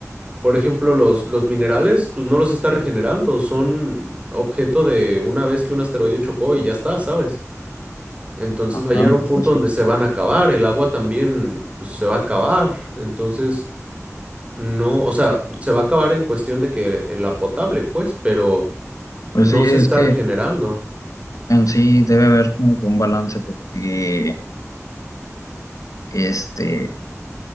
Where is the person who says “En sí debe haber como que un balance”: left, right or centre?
Left